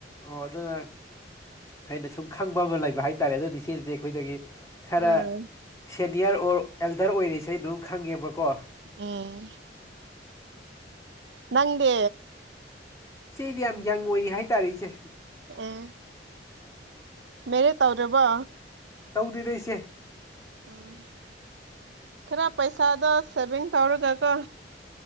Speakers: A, on the left (about 20°); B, on the right (about 75°).
A: ꯑꯣ ꯑꯗꯨꯗꯅꯦ ꯑꯩꯅ ꯁꯨꯝ ꯈꯪꯕ ꯑꯃ ꯂꯩꯕ ꯍꯥꯏꯇꯥꯔꯦ ꯑꯗꯨꯗꯤ ꯁꯤꯆꯦꯁꯦ ꯑꯩꯈꯣꯏꯗꯒꯤ ꯈꯔ
B: ꯎꯝ
A: ꯁꯦꯅꯤꯌꯔ ꯑꯣꯔ ꯑꯦꯜꯗꯔ ꯑꯣꯏꯔꯤꯁꯦ ꯑꯩ ꯑꯗꯨꯝ ꯈꯪꯉꯦꯕꯀꯣ
B: ꯎꯝ ꯅꯪꯗ
A: ꯁꯤꯗꯤ ꯌꯥꯝ ꯌꯪ ꯑꯣꯏꯅꯤ ꯍꯥꯏꯇꯥꯔꯦ ꯏꯆꯦ
B: ꯑꯦ ꯃꯅꯦꯦ ꯇꯧꯔꯕꯣ
A: ꯇꯧꯗꯦꯗ ꯑꯩꯁꯦ
B: ꯎꯝ ꯈꯔ ꯄꯩꯁꯥ ꯆꯗ ꯁꯦꯕꯤ ꯄꯥꯎꯗꯔ ꯀ ꯀ